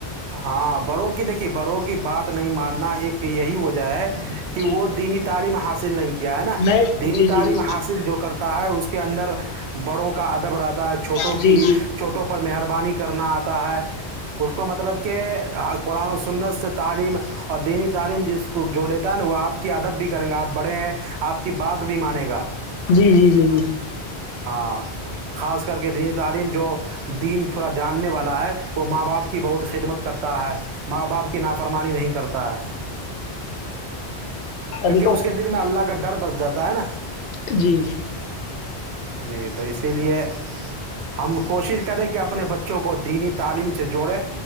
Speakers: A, on the right; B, on the left.
A: ہاں بڑوں کی دیکھیے بڑوں کی بات نہیں ماننا ایک وجہ ہے کہ
B: جی
A: وہ دینت تعلیم حاصل نہیں کیا ہے نا
B: نئے
A: دینی
B: جی جی
A: تعلیم
B: جی جی
A: حاصل جو کرتا ہے اس کے اندر بڑوں کا اد دبرات چھوٹوں
B: جی
A: کی
B: جی جی جی جی
A: چھوٹوں پر مہربانی کرنا آتا ہے اس کو مطلب کہ قرآن و سنس تعلیم اور دینی جس کو جو لیتا ہے نا وہ آپ کی آدب بھی کریں گے آپ بڑے ہیں آپ کی بات بھی مانے گا
B: جی جی جی جی
A: ہاں خاص کر کے دینی تعلیم جو دن تھوڑا جاننے والا ہے وہ ماں باپ کی بہت خدمت کرتا ہے ماں باپ کی نافرمانی نہیں کرتا ہے کیونکہ
B: ابھی تو
A: اس کے دل میں اللہ کا ڈر بس جاتا ہے نا
B: جی
A: جی تو اسی لیے <inaudible> ہم کوشش کریں کہ آب اپنے بچوں کو دینی تعلیم سے جوڑیں